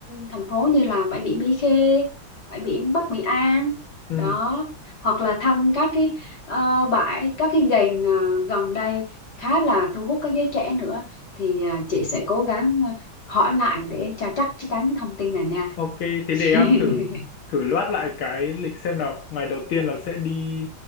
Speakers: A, on the left; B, on the left.
A: thành phố như là bãi biển Mỹ Khê, bãi biển Bắc Mỹ An,
B: ừ.
A: đó, hoặc là thăm các cái ờ, bãi, các cái gành à, gần đây khá là thu hút các giới trẻ nữa, thì à, chị sẽ cố gắng à, hỏi lại để cho chắc chắc chắn cái thông tin này nha.
B: Ok, thế
A: <laughs>
B: để em thử thử loát lại cái lịch xem nào. Ngày đầu tiên là sẽ đi